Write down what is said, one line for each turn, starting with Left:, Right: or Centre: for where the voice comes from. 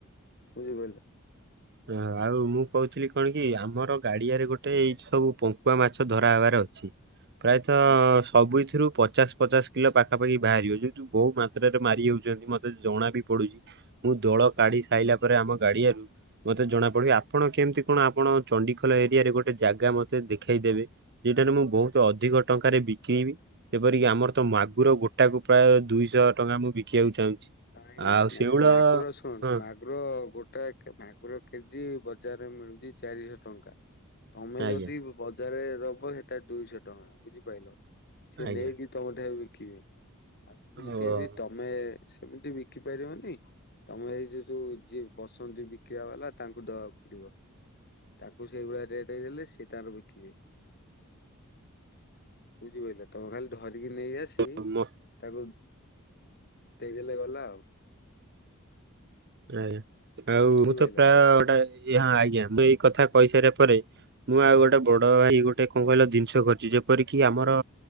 Left: ବୁଝିପାରିଲ।
Right: ଓ ଆଉ ମୁଁ କହୁଥିଲି କଣ କି ଆମର ଗାଡିଆରେ ଗୋଟେ ଏଇ ସବୁ ପଙ୍କୁଆ ମାଛ ଧରା ହବାର ଅଛି। ପ୍ରାୟତଃ
Left: ହୁଁ।
Right: ସବୁଥିରୁ ପଚାଶ ପଚାଶ କିଲୋ ପାଖାପାଖି ବାହାରିବ ଯୁ ବହୁତ ମାତ୍ରାରେ ମାରି ଯଉଛନ୍ତି ମତେ ଜଣା ବି ପଡୁଛି। ମୁଁ ଦୋଳ କାଢି ସାରିଲା ପରେ ଆମ ଗାଡିଆରୁ ମତେ ଜଣାପଡିବ ଆପଣ କେମିତି କଣ ଆପଣ, ଚଣ୍ଡିଖୋଲ ଏରିଆରେ ଗୋଟେ ଜାଗା ମତେ ଦେଖେଇଦେବେ। ସେଟାରେ ମୁଁ ବହୁତ ଅଧିକ ଟଙ୍କାରେ ବିକେଇବି। ଯେପରିକି ଆମର ତ ମାଗୁର ଗୋଟା କୁ ପ୍ରାୟ ଦୁଇଶହ ଟଙ୍କା ମୁଁ ବିକିବାକୁ ଚାହୁଁଛି।
Left: ନାଇଁ ନାଇଁ
Right: ଆଉ
Left: ନାଇଁ
Right: ଶେଉଳ
Left: ମାଗୁର ଶୁଣନ୍ତୁ
Right: ହଁ
Left: ମା ମାଗୁର ଗୋଟା ମାଗୁର କେଜି ବଜାରରେ ମିଳୁଛି ଚାରିଶହ ଟଙ୍କା। ତମେ ଯଦି
Right: ଆଜ୍ଞା
Left: ବଜାରରେ ଦବ ସେଟା ଦୁଇଶହ ଟଙ୍କା ବୁଝିପାରିଲ ସେ
Right: ଆଜ୍ଞା
Left: ନେଇକି ତମ ଠାରୁ ବିକିବି ଆଉ ଏମିତି
Right: ଓ
Left: ବି ତମେ ସେମିତି ବିକି ପାରିବନି ତମେ ଏଇ ଯୋ ଯୋଉ ଯଏ ବସନ୍ତି ବିକ୍ରିବା ବାଲା ତାଙ୍କୁ ଦବାକୁ ପଡିବ। ତାଙ୍କୁ ସେଇଭଳିଆ ରେଟ୍ ଦେଲେ ସେ ତାର ବିକିବେ। ବୁଝିପାରିଲ ତମେ ଖାଲି ଧରିକି ନେଇ ଆସିବୁ
Right: ମ
Left: ତାକୁ। ଦେଇଦେଲେ ଗଲା ଆଉ।
Right: ଆଜ୍ଞା ଆଉ
Left: ବୁଝିପାରିଲ।
Right: ମୁଁ ତ ପ୍ରାୟ ଗୋଟାଇଏ ହଁ ଆଜ୍ଞା ମୁଁ ଏଇ କଥା କହିସାରିବା ପରେ ମୁଁ ଆଉ ଗୋଟେ ବଡ ଭାଇ ଗୋଟେ କଣ କହିଲ ଜିନିଷ କରିଛି ଯେପରିକି ଆମର